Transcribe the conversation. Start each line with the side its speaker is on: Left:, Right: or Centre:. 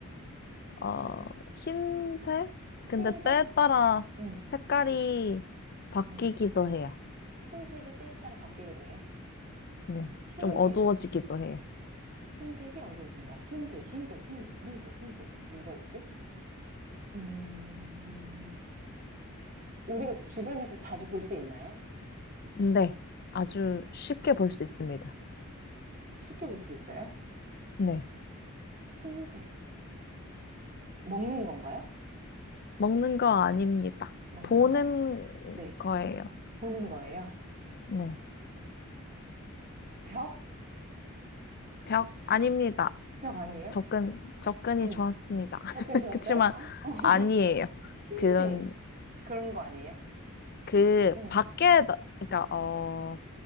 Left: 어, 흰색? 근데
Right: 흰색?
Left: 때에 따라
Right: 음,
Left: 색깔이 바뀌기도
Right: 음.
Left: 해요.
Right: 흰색이 때에 따라 바뀌기도 해요.
Left: 네.
Right: 흰색.
Left: 좀 어두워지기도 해요.
Right: 흰색이 어두워진다. 흰색, 흰색, 흰색, 흰색, 흰색. 뭐가 있지? 음, 우리가 주변에서 자주 볼 수 있나요?
Left: 네. 아주 쉽게
Right: 네.
Left: 볼 수 있습니다.
Right: 쉽게 볼 수 있어요?
Left: 네.
Right: 흰색. 먹는 건가요?
Left: 먹는 거 아닙니다.
Right: 먹는
Left: 보는
Right: 거? 네.
Left: 거예요.
Right: 보는 거예요.
Left: 네.
Right: 벽?
Left: 벽 아닙니다.
Right: 벽 아니에요?
Left: 접근, 접근이
Right: 응.
Left: 좋았습니다.
Right: 벽
Left: <laughs>
Right: 근처였어요?
Left: 그치만
Right: 어? 어.
Left: 아니에요.
Right: 흰색.
Left: 그런,
Right: 그런 거 아니에요?
Left: 그,
Right: 응.
Left: 밖에, 그러니까, 어,